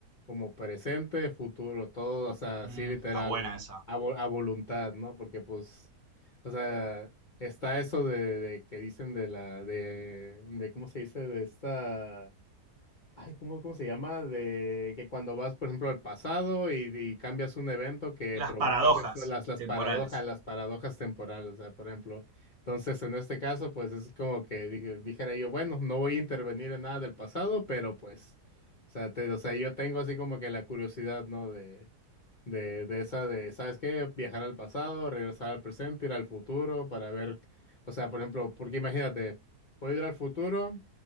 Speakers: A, on the left (about 45°); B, on the right (about 60°).
A: como presente, futuro, todo, o sea,
B: Mm,
A: así literal,
B: está buena esa.
A: a, vo- a voluntad, ¿no? Porque pues... O sea, Está eso de, de que dicen de la, de, de, ¿cómo se dice? De esta, ay, ¿cómo, cómo se llama? De que cuando vas, por ejemplo, al pasado y, y cambias un evento que
B: Las
A: provocas
B: paradojas
A: esto, las, las
B: temporales.
A: paradojas, las paradojas temporales, o sea, por ejemplo. Entonces, en este caso, pues es como que dije- dijera yo, bueno, no voy a intervenir en nada del pasado, pero pues, o sea, te- o sea, yo tengo así como que la curiosidad, ¿no? de de, de esa de, ¿sabes qué? Viajar al pasado, regresar al presente, ir al futuro para ver, o sea, por ejemplo, porque imagínate, puedo ir al futuro,